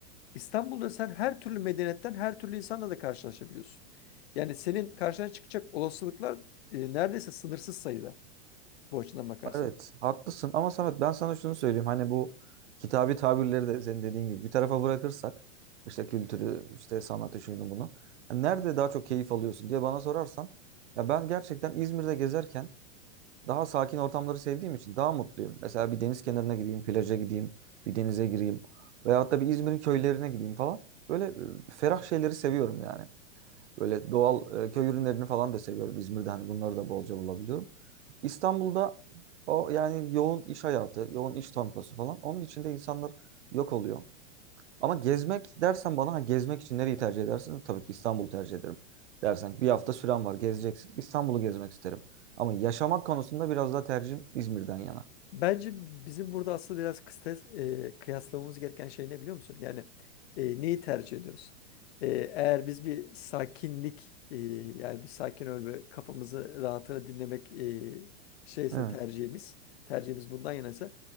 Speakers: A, on the left (about 60°); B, on the right (about 80°).
A: İstanbul'da sen her türlü medeniyetten her türlü insanla da karşılaşabiliyorsun. Yani senin karşına çıkacak olasılıklar eee, neredeyse sınırsız sayıda bu açıdan bakarsan.
B: Evet. Haklısın ama Samet ben sana şunu söyleyeyim. Hani bu kitabi tabirleri de senin dediğin gibi bir tarafa bırakırsak işte kültürü, işte sanatı, şunu bunu. hani nerede daha çok keyif alıyorsun diye bana sorarsan ya ben gerçekten İzmir'de gezerken daha sakin ortamları sevdiğim için daha mutluyum. Mesela bir deniz kenarına gideyim, plaja gideyim, bir denize gireyim. Veyahut da bir İzmir'in köylerine gideyim falan. Böyle e, ferah şeyleri seviyorum yani. Böyle doğal e, köy ürünlerini falan da seviyorum. İzmir'de hani bunları da bolca bulabiliyorum. İstanbul'da o yani yoğun iş hayatı, yoğun iş temposu falan. Onun içinde insanlar yok oluyor. Ama gezmek dersen bana ha, gezmek için nereyi tercih edersin? Tabii ki İstanbul'u tercih ederim. Dersen bir hafta süren var gezeceksin. İstanbul'u gezmek isterim. Ama yaşamak konusunda biraz daha tercihim İzmir'den yana.
A: Bence bizim burada aslında biraz kıstas, e, kıyaslamamız gereken şey ne biliyor musun? Yani e, neyi tercih ediyoruz? E, eğer biz bir sakinlik e, yani bir sakin ölme kafamızı rahatına dinlemek e, şeyse
B: Evet,
A: tercihimiz tercihimiz bundan yanaysa